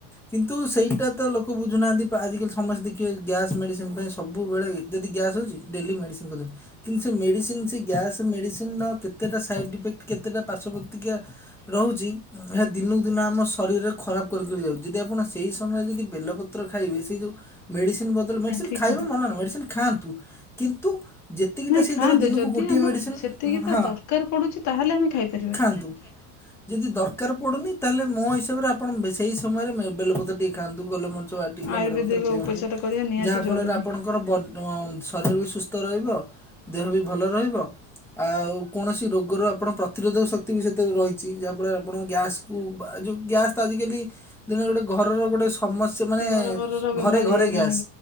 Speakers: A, in the centre; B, on the left (about 35°).
A: କିନ୍ତୁ ସେଇଟା ତ ଲୋକ ବୁଝୁନାହାନ୍ତି ଆଜିକାଲି ସମସ୍ତେ ଦେଖିବେ ଗ୍ୟାସ ମେଡିସିନ ପାଇଁ ସବୁବେଳେ ଯଦି ଗ୍ୟାସ୍ ହଉଛି ଡେଲି ମେଡିସିନ କରି କିନ୍ତୁ, ସେ ମେଡିସିନ ସେ ଗ୍ୟାସ ମେଡିସିନ ର କେତେଟା ସାଇଡ ଇଫେକ୍ଟ କେତେଟ ପାର୍ଶ୍ୱବତତିୀ ରହୁଛି ଏହା ଦିନକୁ ଦିନ ଆମ ଶରୀରରେ ଖରାପ ଉ ଯଦି ଆପଣ ସେଇ ସମୟରେ ଯଦି ବେଲପତ୍ର ଖାଇବେ ସେଇ ଯୋଉ ମେଡ଼ିସିନ ବଦଲ
B: ଆଜ୍ଞା
A: ମେଡ଼ିସିନ
B: ଠିକ
A: ଖାଇବେ
B: କଥା।
A: ମନା ନାହିଁ ମେଡ଼ିସିନ ଖାଆନ୍ତୁ କିନ୍ତୁ ଯେତିକିଟା
B: ନାଇଁ
A: ସିଏ
B: ଖାଆନ୍ତୁ
A: ଧର ଦିନକୁ
B: ଯଦି
A: ଗୋଟିଏ
B: ଆମର
A: ମେଡ଼ିସିନ
B: ସେତିକି ତା
A: ହଁ
B: ଦରକାର ପଡୁଛି ତାହେଲେ ଆମେ ଖାଇପାରିବା।
A: ଖାଆନ୍ତୁ। ଯଦି ଦରକାର ପଡ଼ୁନି ତାହେଲେ ମୋ ହିସାବରେ ଆପଣ ସେହି ସମୟରେ ବେଲପତ ଟିକେ ଖାଆନ୍ତୁ। ଗହଲେ ମ ିଳତ
B: ଆୟୁର୍ବେଦିକ
A: ପିଅନ୍ତୁ
B: ଉପଚାର କରିବା ନିହାତି
A: ଯାହା
B: ଜରୁରୀ।
A: ଫଳରେ ଆପଣ ତାଙ୍କର ଶରୀର ବି ସୁସ୍ଥ ରହିବ, ଦେହ ବି ଭଲ ରହିବ। ଆଉ କୌଣସି ରୋଗର ଆପଣ ପ୍ରତିରୋଧକ ଶକ୍ତି ବି ସେତକ ରହିଛି। ଯାହାଫଳରେ ଆପଣ ଗ୍ୟାସ୍ ଉ ବା ଯଉ ଗ୍ୟାସ୍ ତ ଆଜିକାଲି ଦିନରେ ଗୋଟେ ଘରର ଗୋଟେ ସମସ୍ୟା ତୁ ମାନେ
B: ଘର ଘରର ବେମାରୀ
A: ଘରେ ଘରେ
B: ହେଇଗଲାଣି
A: ଗ୍ୟାସ୍,